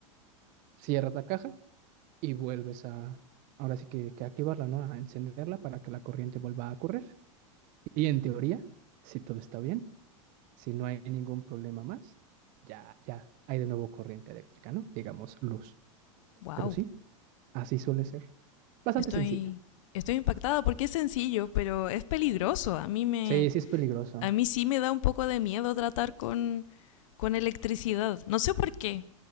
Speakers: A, on the right; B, on the left.
A: cierras la caja y vuelves a, ahora sí que, que activarla, ¿no? A encenderla para que la corriente vuelva a correr. Y en teoría, si todo está bien, si no hay ningún problema más, ya, ya hay de nuevo corriente eléctrica, ¿no? Digamos luz.
B: Wow.
A: Pero sí, así suele ser. Bastante
B: Estoy,
A: sencillo.
B: estoy impactada porque es sencillo, pero es peligroso. A mí me,
A: Sí, sí es peligroso.
B: A mí sí me da un poco de miedo tratar con, con electricidad. No sé por qué,